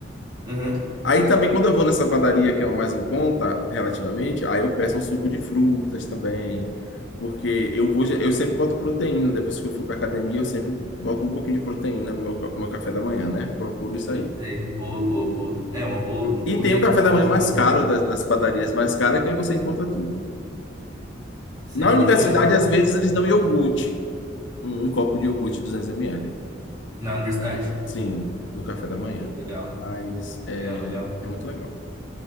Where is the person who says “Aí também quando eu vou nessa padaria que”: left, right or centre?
Left